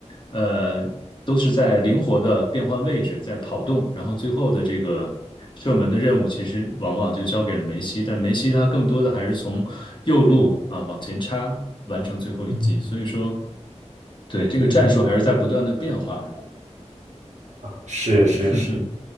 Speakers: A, on the left; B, on the right.
A: 呃，都是在灵活的变换位置，在跑动，然后最后的这个射门的任务，其实往往就交给了梅西，但梅西他更多的还是从右路啊往前插，完成最后一击。
B: 嗯
A: 所以说，对，这个战术还是在不断的变化的。
B: 嗯是是是，
A: <laughs> 嗯哼，